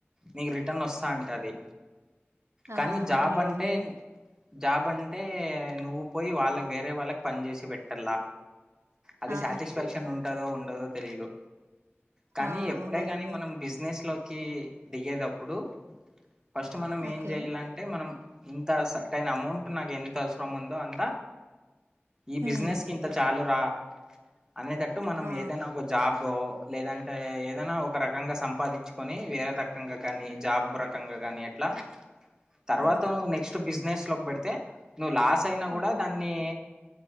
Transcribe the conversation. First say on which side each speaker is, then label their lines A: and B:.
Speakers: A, on the right; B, on the right.
A: నీకు రిటర్న్ వస్తా అంటది
B: ఆ
A: కానీ జాబ్
B: అవునులేండి
A: అంటే జాబ్ అంటే నువ్వు పోయి వాళ్ళకి వేరే వాళ్ళకి పని చేేసి పెట్టల్ల అది
B: ఆ
A: సాటిస్ఫాక్షన్ ఉంటదో ఉండదో తెలీదు కానీ
B: ఆ
A: ఎప్పుడే
B: అవునులేండి
A: కాని మనం బిజినెస్ లోకి దిగేదప్పుడు ఫస్ట్ మనం
B: ఓకే
A: ఏం చెయాలంటే మనం ఇంత సటైన్ అమౌంట్ నాకేంత అవసరం ఉందో అంత ఈ బిజినెస్
B: ఉమ్
A: కి ఇంత చాలు రా అనేటట్టు మనం
B: ఆ
A: ఏదైనా ఒక జాబో లేదం అంటే ఏదైనా ఒక రకంగా సంపాదించుకొని వేరే రకంగా కానీ జాబ్ రకంగా కానీ ట్ల తర్వాత
B: ఆ
A: నెక్స్ట్ బిజినెస్ లోకి పెడితే నువ్వు లాస్ అయినా కూడా
B: ఓకే
A: దాన్ని